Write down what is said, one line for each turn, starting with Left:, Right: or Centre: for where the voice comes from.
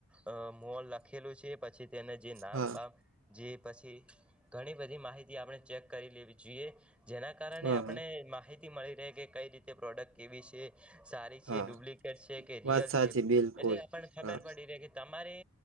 Centre: અ મોલ લખેલું છે પછી તેને જે નામ
Right: હા
Centre: બામ જે પછી ઘણી બધી માહિતી આપણે ચેક કરી લેવી જોઈએ. જેના કારણે
Right: હા
Centre: આપણે
Right: હા
Centre: માહિતી મળી રહે કે કઈ રીતે પ્રોડક્ટ કેવી છે સારી છે
Right: હા
Centre: ડુપ્લિક. કે રીયલ
Right: વાત સાચી
Centre: છે
Right: બિલકુલ
Centre: એટલેને ખબર
Right: હા
Centre: પડી રે કે તમારે.